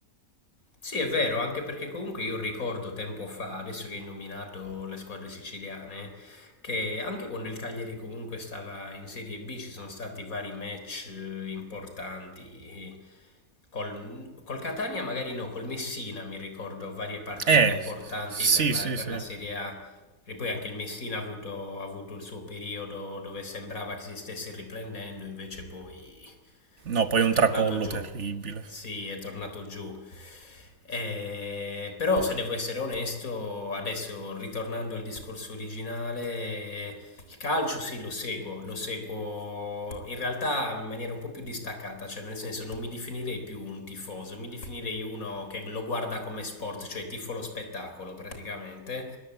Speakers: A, on the left; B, on the right.
A: Sì, è vero, anche perché comunque io ricordo tempo fa, adesso che hai nominato le squadre siciliane, che anche quando il Cagliari comunque stava in Serie B ci sono stati vari match eh, importanti. Col, col Catania magari no, col Messina mi ricordo varie partite
B: Eh,
A: importanti
B: sì,
A: per la,
B: sì,
A: per
B: sì.
A: la Serie A. E poi anche il Messina ha avuto, ha avuto il suo periodo dove sembrava che si stesse riprendendo, invece poi
B: No, poi
A: è
B: un
A: tornato
B: tracollo
A: giù.
B: terribile.
A: Sì, è tornato giù. Eh, però se devo essere onesto, adesso ritornando al discorso originale, il calcio sì, lo seguo, lo seguo in realtà in maniera un po' più distaccata, cioè nel senso non mi definirei più un tifoso, mi definirei uno che lo guarda come sport, cioè tifo lo spettacolo praticamente.